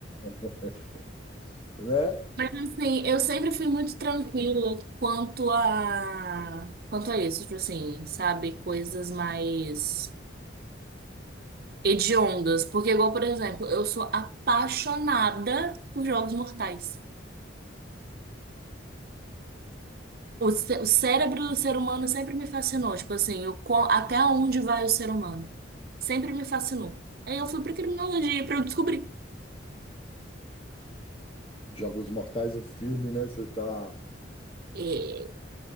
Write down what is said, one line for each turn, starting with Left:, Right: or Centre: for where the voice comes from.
Left: <laughs> né?
Right: mas assim, eu sempre fui muito tranquila quanto a quanto a isso, tipo assim, sabe, coisas mais hediondas. Porque, igual, por exemplo, eu sou apaixonada por jogos mortais. O, cé- o cérebro do ser humano sempre me fascinou. Tipo assim, eu, qual- até onde vai o ser humano? Sempre me fascinou. Aí eu fui pra criminologia pra eu descobrir.
Left: Jogos Mortais, o filme, né? Você tá.
Right: E,